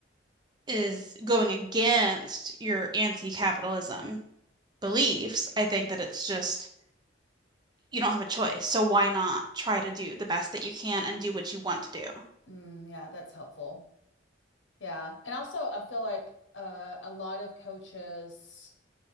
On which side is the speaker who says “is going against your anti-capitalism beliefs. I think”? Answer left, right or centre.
Right